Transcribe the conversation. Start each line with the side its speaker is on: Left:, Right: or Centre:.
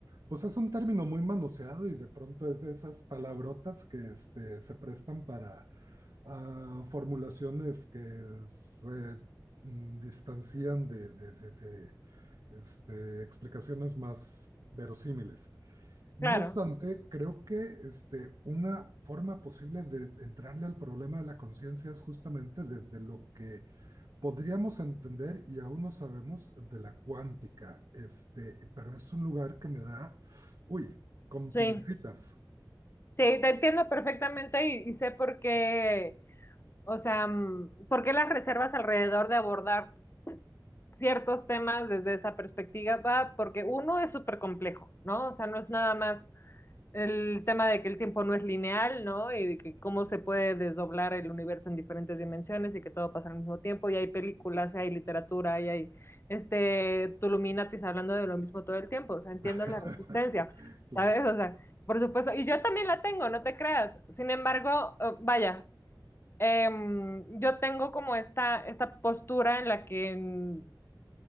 Right: pues es un término muy manoseado y de pronto es de esas palabrotas que este, se prestan para ah, formulaciones que se mm, distancian de, de- de- de, este, explicaciones más verosímiles. No
Left: Claro,
Right: obstante, creo que este, una forma posible de entrarle al problema de la conciencia es justamente desde lo que podríamos entender y aún no sabemos de la cuántica, este, pero es un lugar que me da, uy, con
Left: sí.
Right: pincitas.
Left: Sí, te entiendo perfectamente y, y sé por qué, o sea, mm, por qué las reservas alrededor de abordar ciertos temas desde esa perspectiva, va, porque uno es súper complejo, ¿no? O sea, no es nada más El tema de que el tiempo no es lineal, ¿no? Y de que cómo se puede desdoblar el universo en diferentes dimensiones y que todo pasa al mismo tiempo. Y hay películas, y hay literatura, y hay este Tuluminatis hablando de lo mismo todo el tiempo. O sea, entiendo
Right: <laughs>
Left: la resistencia,
Right: Claro,
Left: ¿sabes? O sea, por supuesto. Y yo también la tengo, no te creas. Sin embargo, eh, vaya, em, yo tengo como esta, esta postura en la que, mm,